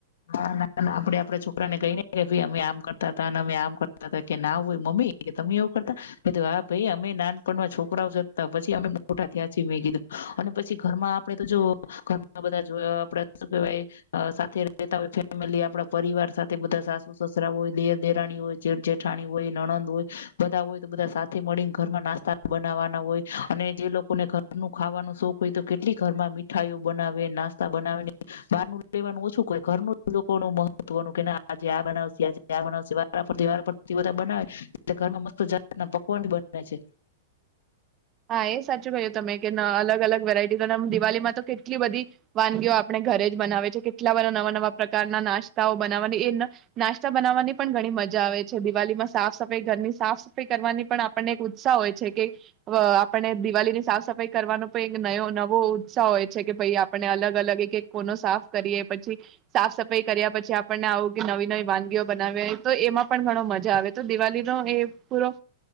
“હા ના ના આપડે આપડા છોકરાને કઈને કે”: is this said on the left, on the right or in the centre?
Left